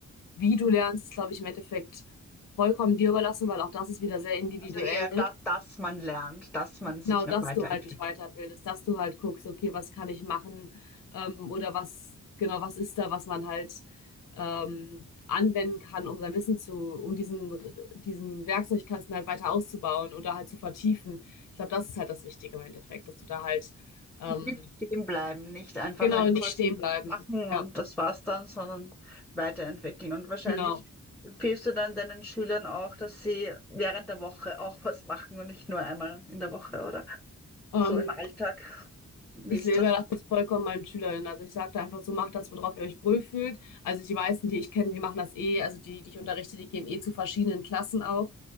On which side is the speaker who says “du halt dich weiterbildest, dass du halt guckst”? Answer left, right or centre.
Left